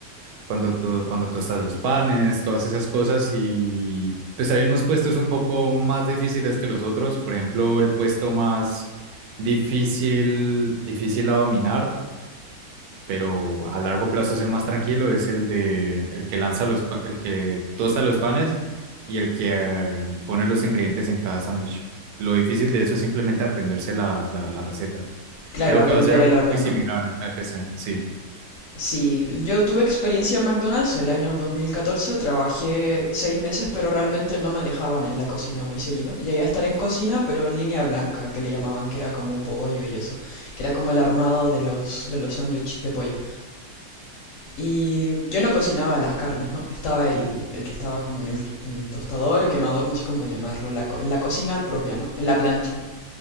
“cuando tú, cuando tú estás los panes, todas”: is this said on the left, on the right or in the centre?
Right